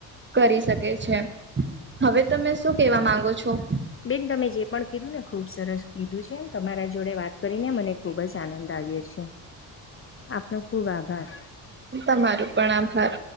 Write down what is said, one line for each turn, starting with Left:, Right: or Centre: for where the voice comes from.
Right: કરી શકે છે. હવે તમે શું કેવા માંગો છો?
Left: બેન તમે જે પણ કીધું ને ખૂબ સરસ કીધું છેમ તમારા જોડે વાત કરીને મને ખૂબ જ આનંદ આવ્યો છે. આપનો ખુબ આભાર!
Right: તમારું પણ આભાર.